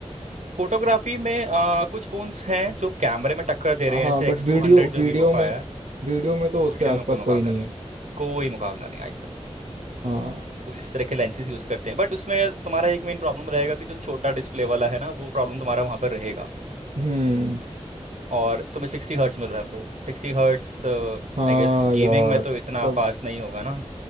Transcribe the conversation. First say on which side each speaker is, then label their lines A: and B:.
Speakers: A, on the right (about 85°); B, on the right (about 70°).
A: फोटोग्राफी में आ, कुछ फ़ोन्स हैं जो कैमरे में टक्कर दे
B: है
A: रहे हैं
B: हाँ
A: जैसे
B: बट
A: एक्स टू
B: वीडियो
A: हंड्रेड जो
B: वीडियो
A: वीवो का
B: में
A: आया है
B: वीडियो में तो उसके
A: वीडियो
B: आसपास
A: में कोई मुकाबला
B: कोई नहीं
A: नहीं
B: है
A: कोई मुकाबला नहीं आईफोन
B: हाँ
A: वो जिस तरह के लेंसेज यूज़ करते हैं बट उसमें तुम्हारा एक मेन प्रॉब्लम रहेगा कि जो छोटा डिस्प्ले वाला है ना वो प्रॉब्लम तुम्हारा वहाँ पर रहेगा
B: हम्म
A: और तुम्हें सिक्सटी हर्ट्स मिल रहा है ब्रो सिक्सटी हर्ट्स
B: हाँ
A: आई गेस
B: यार
A: गेमिंग में तो इतना
B: तब
A: फास्ट नहीं होगा ना